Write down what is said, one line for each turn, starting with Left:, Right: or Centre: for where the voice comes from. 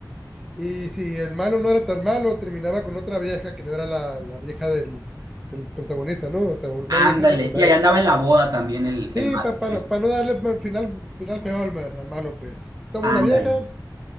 Centre: Y si el malo no era tan malo, terminaba con otra vieja que no era la, la vieja del, del protagonista, ¿no? O sea, una
Right: Ándale.
Centre: vieja secundaria.
Right: Y ahí andaba en la boda también el, el
Centre: Sí,
Right: malo.
Centre: para
Right: también.
Centre: no, pa no darle mal- final, final feo al, mal- al malo, pues. Toma
Right: Ándale.
Centre: una vieja,